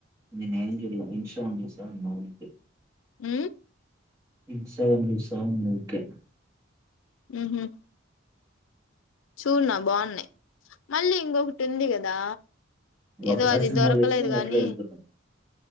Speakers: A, on the right; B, on the left.
A: నేనేం చూల ఇన్స్టా ఆన్ చేసే వున్న ఊరికే
B: ఊ
A: ఇన్స్టాగ్రామ్ చూసా వున్నా ఊరికే
B: ఊహు చూనా బాగున్నాయి మళ్ళీ ఇంకొకటి ఉంది కదా ఏదో
A: ఒకసారి
B: అది
A: సినిమాలు
B: దొరకలేదు
A: జూస్తే ఇంక
B: గానీ
A: అట్లే ఎళ్ళిపోతాం.